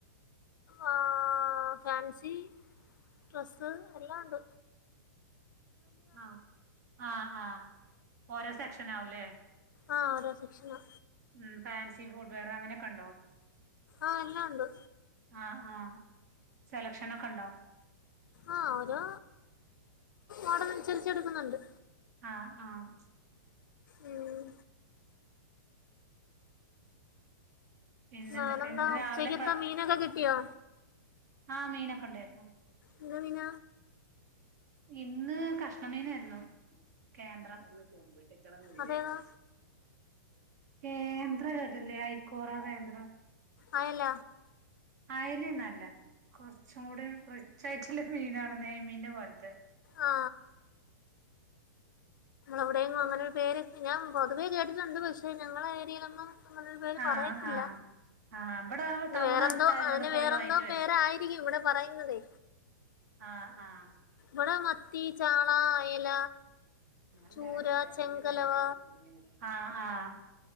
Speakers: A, on the left; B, on the right.
A: ആ ഏ ഫാൻസി ഡ്രസ്സ് എല്ലാം ഒണ്ട്
B: ആ ആ ആ ഓരോ സെക്ഷൻ ആവൂലേ
A: ആ ഓരോ സെക്ഷനാ
B: ഉം ഫാൻസി ഫൂട് വെയർ അങ്ങനെയൊക്കെ ഒണ്ടോ
A: ആ എല്ലാം ഉണ്ട്
B: ആ ആ സെലക്ഷനൊക്കെ ഉണ്ടോ
A: ആ ഓരോ ഓടറനുസരിച്ച് എടുക്കുന്നൊണ്ട്
B: ആഹ് ആഹ്
A: ഉം
B: പിന്നെ
A: നാനെന്താ
B: എന്തൊക്കെയ എന്നിട്ട്
A: ഉച്ചക്ക്
B: രാവിലെ
A: എന്താ മീനൊക്കെ കിട്ടിയോ
B: ആ മീനൊക്കെ ഉണ്ടായിരുന്നു
A: എന്ത് മീന
B: ഇന്ന് കഷ്ണമീനായിരുന്നു കേന്ദ്ര പൊരിച്ചണ കോഴിയായിരുന്ന്
A: അതേതാ
B: കേന്ദ്ര കെട്ടില്ലേ ഐക്കോറ കേന്ദ്ര
A: അയല
B: അയല് നല്ല കൊറച്ചും കൂടി റിച്ച് ആയിട്ടുള്ള മീനാണ് നെയ്മീന്റെ പോലത്തെ
A: ആ അവിടെയെങ്ങും അങ്ങനൊരു പേരെക്കെ ഞാൻ പൊതുവേ കേട്ടിട്ടുണ്ട് പക്ഷെ ഞങ്ങള ഏരിയയിലൊന്നും അങ്ങനൊരു പേര്
B: ആഹ്
A: പറയത്തില്ല
B: ആഹ് ആഹ് ഇബടെ
A: ന്
B: ടൗൺ
A: വേറെന്തോ
B: അടുത്തായതോണ്ട്
A: അതിന്
B: പോയി
A: വേറെന്തോ
B: വാങ്ങിട്ട് വരും
A: പേരായിരിക്കും ഇവിടെ പറയുന്നതേ
B: ആഹ്- ആഹ്
A: അവിടെ മത്തി ചാള അയല
B: ഞാൻ
A: ചൂര
B: വേറെ പ്രവാസിന്റെ
A: ചെങ്കലവ
B: മേലെ <unintelligible> ആഹ്- ആഹ്